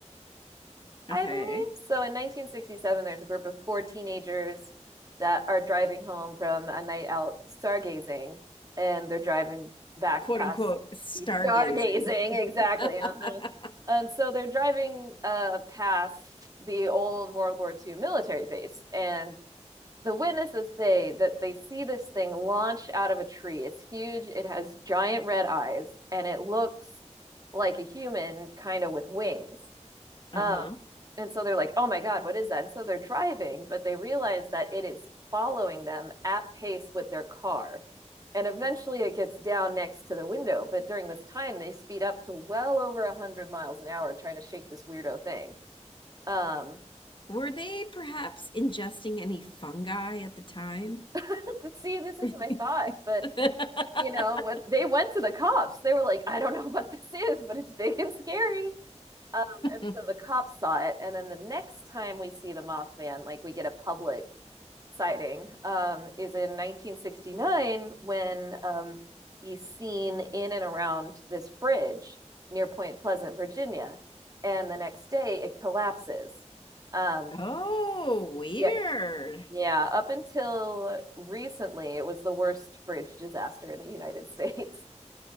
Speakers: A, on the right; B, on the left.
A: I
B: Okay.
A: believe. So in 1967, there's a group of four teenagers that are driving home from a night out stargazing, and they're driving back
B: Quote
A: past
B: unquote stargazing.
A: stargazing. <laughs> Exactly.
B: <laughs>
A: Uh-huh. And so they're driving uh, past the old World War II military base, and the witnesses say that they see this thing launch out of a tree. It's huge, it has giant red eyes, and it looks like a human, kind of with wings.
B: Uh-huh.
A: Um, and so they're like, oh my God, what is that? And so they're driving, but they realize that it is following them at pace with their car. And eventually it gets down next to the window. But during this time, they speed up to well over 100 miles an hour trying to shake this weirdo thing. Um,
B: Were they perhaps ingesting any fungi at the time?
A: <laughs> see, this is
B: <laughs>
A: my thought, but you know what? They went to the cops. They were like, I don't know what this is, but it's big and scary. Um, and
B: <laughs>
A: so the cops saw it, and then the next time we see the Mothman, like we get a public sighting, um, is in 1969 when um, he's seen in and around this bridge near Point Pleasant, Virginia, and the next day it collapses. Um,
B: Oh, weird.
A: yeah, yeah. Up until recently, it was the worst bridge disaster in the United States. <laughs>